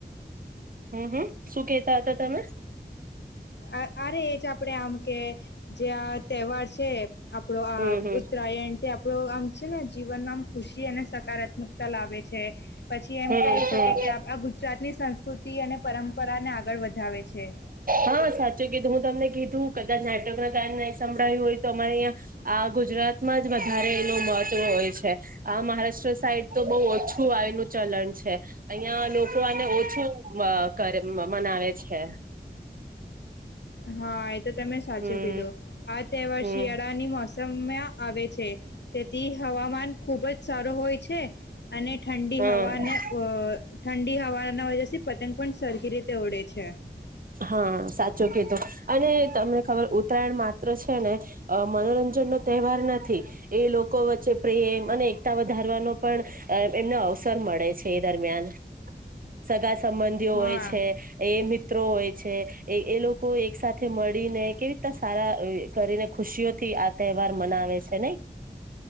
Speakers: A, on the right; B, on the left.
A: હમ હમ શું કેતા હતા તમે
B: અ અરે ચ આપ કપડે આમકે જે આ તહેવાર છે આપડો આ
A: હમ હમ
B: ઉત્તરાયણ તે આપડો આમ છે જી જીવનમાં ખુશી અને સકારાત્મકતા લાવે છે પછી એમ
A: હમ
B: કહી શકે
A: હમ
B: કે આ ગુજરાતની સંસ્કૃતિ અને પરંપરા ને આગળ વધાવે છે
A: હા સાચું કીધું હું તમને કીધું કદાચ નાટવર્ક ના કાર સંભળાય હોય તો અમારે અ ગુજરાત માં જ વધારે એું મહત્વ હોય છે આ મહારાષ્ટ્ર સાઈડ તો બહ ઓછું આવેનું ચલણ છે અહિયાં લોકો આને ઓછું કરે મનાવે છે
B: હા આ તો તમે
A: હમ
B: સાચું કીધું આ તહેવાર
A: હમ
B: શિયાળાની મોસમમાં આવે છે તેથી હવામાન ખૂબ જ સારો હોય છે અને ઠંડી
A: હ
B: હવા ને અ ઠંડી હવાના વજથી પતંગ પણ સરખી રીતે ઓડે છે
A: હા સાચું કીધું અને તમને ખબર ઉત્તરાયણ માત્ર છે ને મનોરંજન નો તહેવાર નથી એ લોકો વચ્ચે પ્રેમ અને એકતા વધારવાનો પણ એમને અવસર મળે છે એ દરમિયાન સગા સંબંધીઓ
B: હા
A: હોય છે એ મિત્રો હોય છે એ લોકો એક સાથે મળીને કેવી રીના સારા કરીને ખુશીઓથી આ તહેવાર મનાવે છે નને